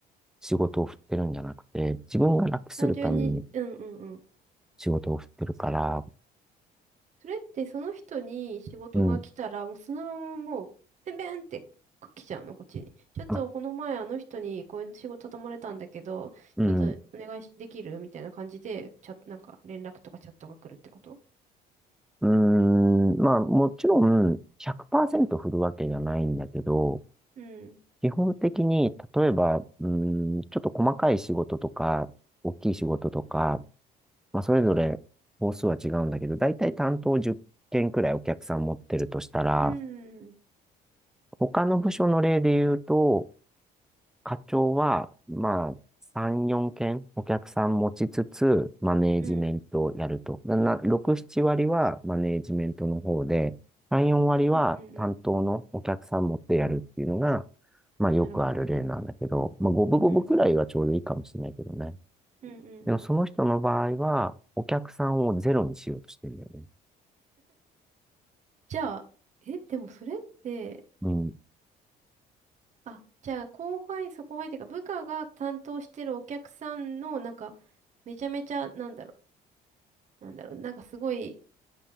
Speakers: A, in the centre; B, on the right (about 45°).
A: 仕事を振ってるんじゃなくて、自分が楽するために
B: 単純に、うんうんうん。
A: 仕事を振ってるから、
B: それってその人に仕事が来たら、
A: うん、
B: もうそのままもう、ペンペンって来ちゃうの、こっちに。ちょっとこの前あの人にこういう仕事頼まれたんだけど、
A: あ、うん、
B: ちょっとお願いしできるみたいな感じで、チャット、なんか連絡とかチャットが来るってこと
A: うん、まあもちろん100%振るわけじゃないんだけど、
B: うん。
A: 基本的に、例えば、うーん、ちょっと細かい仕事とか、大きい仕事とか、まあ、それぞれ、本数は違うんだけど、だいたい担当10件くらいお客さん持ってるとしたら、
B: うん。
A: 他の部署の例で言うと、課長は、まあ、3、4件お客さん持ちつつ、マネージメントをやると。
B: うん。
A: な、な6、7割はマネージメントの方で、3、4割は担当のお客さん持ってやるっていうのが、
B: うんうんうん。
A: まあ、よくある例なんだけど、
B: なるほど。
A: まあ、五分五分くらいがちょうどいいかもしれないけどね。
B: うん。うんうんうん。
A: でも、その人の場合は、お客さんをゼロにしようとしてるんだよね。
B: じゃあ、え、でもそれって、
A: うん、
B: あ、じゃあ後輩、そう後輩っていうか部下が担当してるお客さんの、なんか、めちゃめちゃ、なんだろうなんだろう、なんかすごい